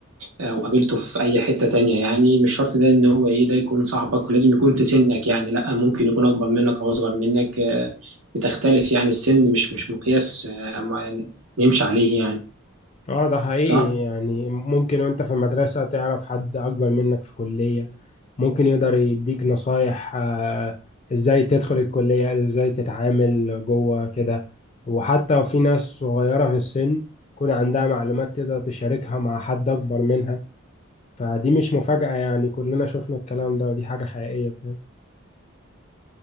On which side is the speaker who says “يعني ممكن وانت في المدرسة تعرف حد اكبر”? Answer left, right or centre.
Left